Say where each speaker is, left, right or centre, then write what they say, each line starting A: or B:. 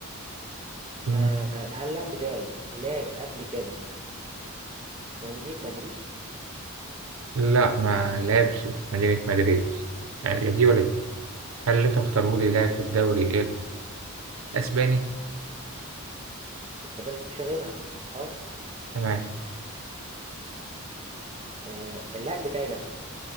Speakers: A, on the right; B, on the right.
A: مم.
B: آه هل اللاعب بتاعي لعب قبل كده في مدينة مدريد
A: لا ما لعبش في مدينة مدريد يعني لا دي ولا دي هل اللي انت مختاره لي لعب في الدوري الأسباني؟
B: ما فاضلش غيرها اه
A: تمام
B: آه، اللاعب بتاعي ده